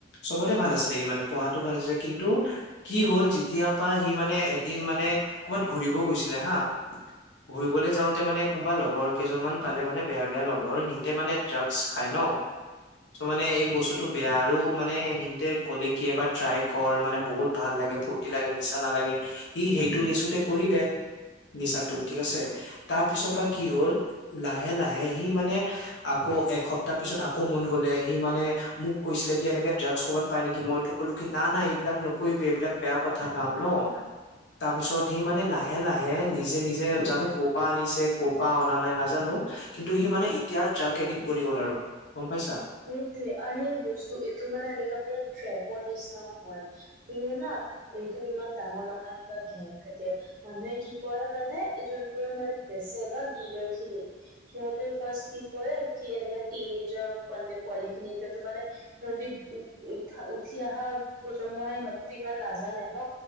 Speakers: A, on the left (about 80°); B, on the right (about 50°).
A: চবতে ভাল আছিলে সি মানে পঢ়াতো ভাল আছে কিন্তু কি হ'ল যেতিয়াৰ পৰা সি মানে ইন মানে ক'ৰবাত ঘুৰিবও গৈছিলে হা ঘূৰিবলৈ যাওঁতে মানে কোনোবা লগৰ কেইজনমান পালে মানে বেয়া বেয়া লগৰ সিততে মানে ড্ৰাগ খাই ন চ মানে এই বস্তু বেয়া আৰু মানে সিততে ক'লে কি এবাৰ ট্ৰাই কৰ মানে বহুত ভাল লাগে ফু ৰ্টি লাগে নিচা নালাগে ই সেইটো লিচুতে কৰিলে নিচাটো ঠিক আছে। তাৰ পিছৰ পৰা কি হ'ল, লাহে লাহে সি মানে আকৌ এসপ্তাহ পিছত আকৌ মন গ'লে সি মানে মোক কৈছিলে কি এনেকে ড্ৰাগছ ক'ৰবাত পাই নেকি মইতো কলো কি না না এইবিলাক নকৰিবি এইবিলাক বেয়া কথা কাম ন। তাৰ পিছত সি মানে লাহে - লাহে নিজে - নিজে জানো কপা আনিছে। কপা অনা নাই নাজানো কিন্তু সি মানে এতিয়া ড্ৰাগছ এডিত বনি গল আৰু গম পাইছা?
B: সেইটোৱে, আ সেই বস্তু এইটো মানে এনেকা পুৰা ট্ৰেপৰ নিচিনা হয় তুমি না এইটো ইমান ডাঙৰ - ডাঙৰ এনেকুৱা গেং থাকে। মানুহে কি কৰে মানে যোনবোৰে মানে বেচে ন ডিলাৰখিনি সিহঁতে ফাৰ্ষ্ট কি কৰে কি এনেকোৱা টিনেজাৰ পোৱালি - পোৱালিখিনি এতিয়াটো মানে। সিহঁতি উ উঠা উঠি আহা প্ৰজন্মই সিহঁতিতো ইমান নাজানে ন?